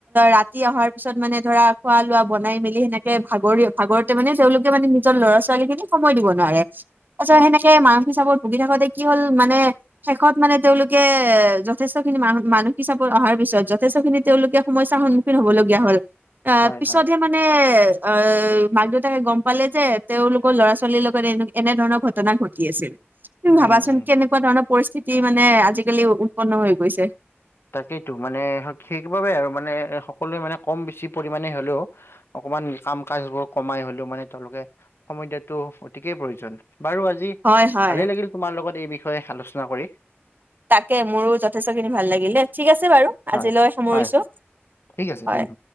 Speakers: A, on the right; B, on the left.
A: ৰাতি অহাৰ পিছত মানে ধৰা খোৱা লোৱা বনাই মেলি সেনেকে ভাগৰি ভাগৰ। ত মানে তেওঁলোকে মানে নিজৰ ল'ৰা ছোৱালী খিনিকো সময় দিব নোৱাৰে! তাৰপিছত
B: হয়,
A: সেনেকে মানসিক চাপত ভুগি থাকোতে কি হ'ল মানে শেষত মানে তেওঁলোকে এ। যথেষ্টখিনি মান মানসিক চাপৰ অহাৰ পিছত যথেষ্টখিনি তেওঁলোকে সমস্যাৰ সন্মুখীন হ'বলগীয়া হ'ল! আ
B: হয়,
A: পিছত
B: হয়,
A: হে। মানে অ মাক দেউতাকে গম পালে যে তেওঁলোকৰ ল'ৰা ছোৱালীৰ লগত এনেকে। এনে ধৰণৰ ঘটনা ঘটি আছিল। তুমি
B: উম,
A: ভাবাচোন
B: উম।
A: কেনেকুৱা ধৰণৰ পৰিস্থিতি মানে আজিকালি উৎপন্ন হৈ গৈছে।
B: তাকেইতো মানে সেইবাবে আৰু মানে সকলোৱে মানে কম বেছি পৰিমণে হ'লেও। অকমান কাম কাজ বোৰ কমাই হ'লেও মানে তেওঁলোকে। সময় দিয়াটো অতিকেই প্ৰয়োজন বাৰু আজি।
A: হয় হয়
B: ভালেই লাগিল তোমাৰ লগত এই বিষয়ে আলোচনা কৰি।
A: তাকে মোৰো যথেষ্টখিনি ভাল ঠিক আছে বাৰু।
B: হয়
A: আজিলৈ সামৰিছোঁ!
B: হয় ঠিক আছে
A: হয়!
B: ধন্যবাদ